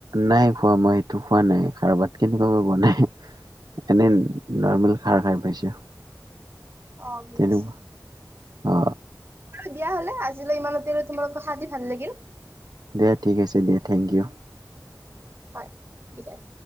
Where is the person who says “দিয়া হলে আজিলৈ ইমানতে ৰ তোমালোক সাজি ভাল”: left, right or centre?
Right